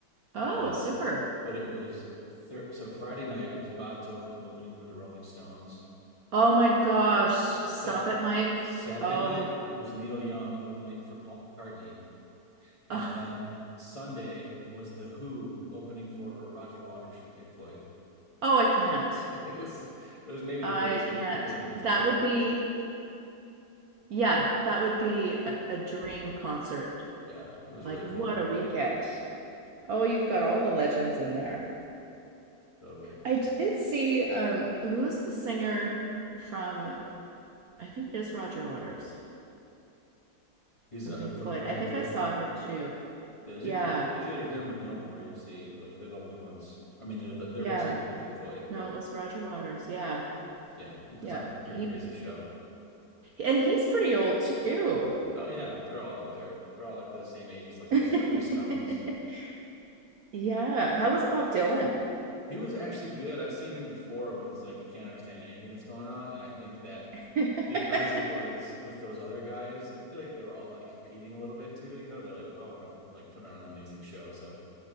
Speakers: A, on the left (about 25°); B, on the right (about 65°).
A: But
B: oh,
A: uh,
B: super.
A: but it was thir so Friday night was Bob Dylan opening for the Rolling Stones.
B: Oh my gosh, stop
A: Sat
B: it, Mike.
A: Saturday
B: Oh,
A: night was Neil Young opening for Paul McCartney, and
B: oh,
A: then Sunday was The Who opening for Roger Waters from Pink Floyd. <laughs>
B: oh, I can't.
A: It was it was maybe the
B: I
A: greatest
B: can't.
A: weekend of music
B: That
A: ever.
B: would be, yeah, that would be a, a dream concert.
A: Yeah, it was
B: Like,
A: really
B: what
A: cool.
B: a weekend. Oh, you've got all the legends in there.
A: Totally.
B: I did see um who is the singer from I think it is Roger Waters
A: He's
B: from
A: uh,
B: Pink
A: from
B: Floyd.
A: from
B: I
A: Pink
B: think
A: Floyd.
B: I saw him too.
A: It was
B: Yeah.
A: either, it was either him or Gilmore. You'll see, like they're the only ones. I mean, they're the, they're
B: Yeah.
A: basically Pink Floyd,
B: No,
A: but
B: it was Roger Waters. Yeah.
A: yeah, he puts
B: Yeah.
A: on a pretty
B: He
A: crazy show.
B: and he's pretty old too.
A: Oh yeah, they're all up there. They're all like the same ages, like
B: <laughs>
A: the st the Stones.
B: Yeah. How was Bob Dylan?
A: He was actually good. I've seen him before when it's like he can't understand anything that's going on, and I think that
B: <laughs>
A: because it was with those other guys, I feel like they were all like competing a little bit too. You know, they're like, we all want to like put on an amazing show, so